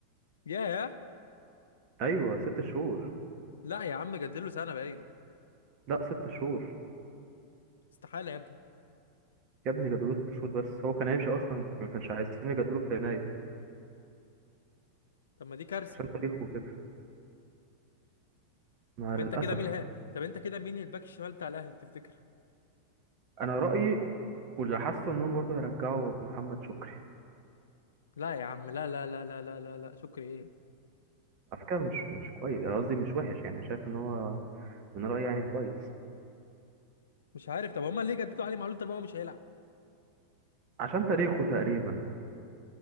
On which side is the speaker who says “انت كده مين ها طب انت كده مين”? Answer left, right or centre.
Left